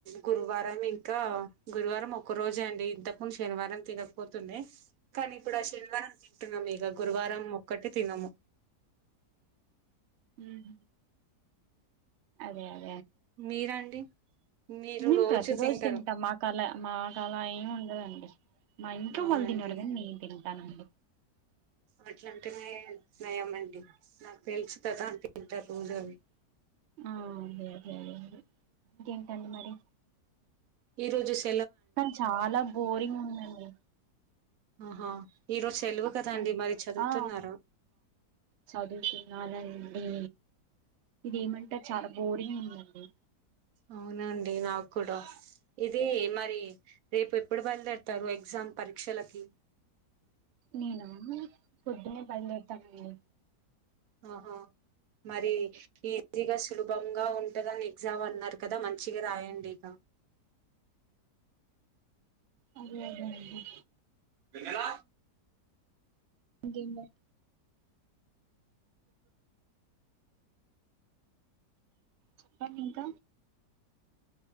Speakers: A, on the right (about 65°); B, on the right (about 80°).
A: గురువారం ఇంకా గురువారం ఒక్క రోజే అండి ఇంతకుందు శనివారం తినకపోతుండే కానీ ఇప్పుడు ఆ శనివారం తింటున్నాం ఇక గురువారం ఒక్కటి తినము
B: ఉమ్ అదే అదే
A: మీరండి మీరు
B: నేను ప్రతి రోజు
A: తింటారు
B: తింటా మా కలా మా కలా ఏమి ఉండదండి <inaudible> మా ఇంట్లో
A: అవునండి
B: మళ్ళీ తిినరుగాని నేను తింటాను అండి
A: అట్లాఅంటేనే నయమండి నాకు తెలుసు కదా అ తింట రోజ అవి
B: ఆ అదే అదే ఇంకేంటండి మరి
A: ఈరోజు స్కూ
B: తను చాలా బోరింగ్ ఉందండి.
A: ఆహా. ఈ రోజు సెలవు
B: అసల్
A: కదా అండి మరి చదువుతున్నారా
B: ఆ చదువుతున్నానండి. ఏమంటే చాలా బోరింగ్ ఉండండి.
A: అవునండి నాకు కూడా ఇది మరి రేపు ఎప్పుడు బయలుదేడతారు ఎగ్జామ్ పరీక్షలకి.
B: నేన. పొద్దున్నే బయలుదేరుతామండి.
A: ఆహా. మరి కీర్తికి అసలు. దొంగ ఉంటదని ఇచ్చామ్ అన్నారు కదా మంచిగా రాయండి ఇగా.
B: అదే అదే. అ
A: వెన్నెల.
B: ఇంకేంబర్. చెప్పండి ఇంక